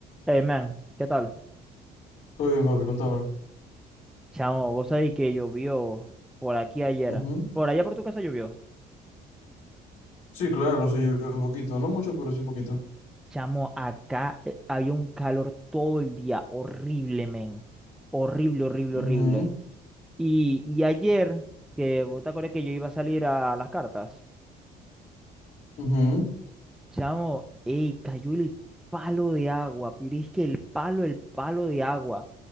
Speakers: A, in the centre; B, on the left.
A: Hey man, ¿qué tal?
B: Todo bien, papi, contame.
A: Chamo, vos sabés que llovió por aquí ayer.
B: Ujú,
A: Por allá por tu casa llovió.
B: Sí, claro, sí llovió un poquito, no mucho, pero sí un poquito.
A: Chamo, acá eh, había un calor todo el día. Horrible, men. Horrible, horrible,
B: ujú,
A: horrible. Y, y ayer, que vos te acordás que yo iba a salir a las cartas.
B: ujú,
A: Chamo, ey, cayó el palo de agua. Pero es que el palo, el palo de agua.